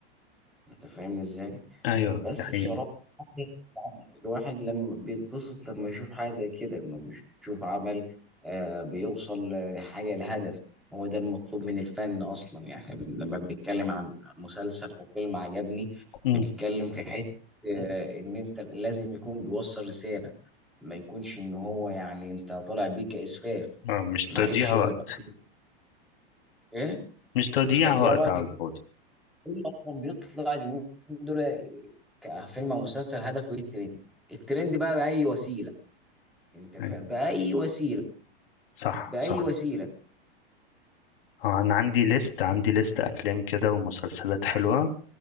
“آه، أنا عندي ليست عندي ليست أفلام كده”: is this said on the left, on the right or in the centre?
Left